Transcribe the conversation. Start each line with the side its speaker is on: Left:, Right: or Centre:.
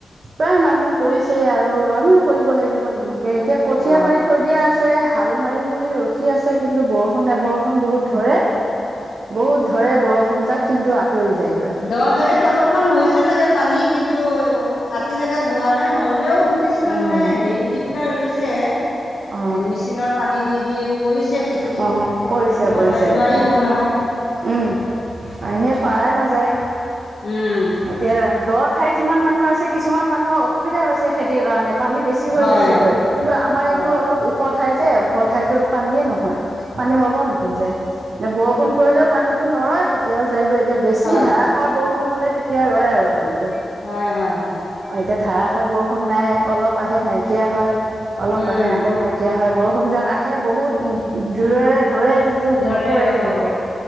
Right: প্ৰায় মানুহে কৰিছে আৰু আমিও কৰিব লাগিব তেনেকে এতিয়া কঠীয়া
Left: অ
Right: পাৰি থৈ দিয়া আছে। হাল মাৰিম বুলি ৰখি আছে কিন্তু বৰষুণ নে বৰষুণ বহুত ধৰে। বহুত ধৰে বৰষুণ যাক কিন্তু। আঁতৰি যায়গৈ
Left: দহ জেগাত অলপমান হৈছে চাগে পানী কিন্তু আতি জোগাত হোৱা নাই হ। হলেও কিছু মানুহে
Right: উম
Left: হেৰি দি পেলাই ৰুইছে।
Right: অ
Left: এ মেচিনৰ পানী দি দি কৰিছে খেতি
Right: অ কৰিছে
Left: নহ'লে
Right: কৰিছে
Left: নোৱাৰিব
Right: এতিয়া
Left: নহয়।
Right: উম এনে পাৰা নাযায়
Left: উম
Right: এতিয়া দত। ঠাইত যিমান মানুহ আছে কিছুমান মানুহৰ অসুবিধা হৈছে খেতিৰ কাৰণে। পানী বেছি হৈ
Left: হয়
Right: গৈছেগৈ
Left: হয়
Right: কিন্তু আমাৰ
Left: হয়
Right: এইটো অলপ ওখ ঠাই যে ওখ ঠাইটোত পানীয়ে নহয়। পানী হ'ব নেকি
Left: উম
Right: যে এ বৰষুণ। কৰিলেও পানীতো নৰেয় তেতিয়াও যায়গৈ এতিয়া বেছি
Left: হয়
Right: ধাৰাষাৰ বৰষুণ হ'লে। এতিয়া ৰয় আৰু পানীতো
Left: হয় হয় হয়
Right: অ এতিয়া ধাৰা। ষাৰ বৰষুণ নাই অলপ আহে নাইকিয়া হয় অলপ
Left: উম
Right: আহে আকৌ নাইকিয়া হয় বৰষুণ যাক আহে। সেই বহুত যোৰেৰে। ধৰে কিন্তু
Left: ধৰে
Right: নপৰে তেনেকে
Left: অ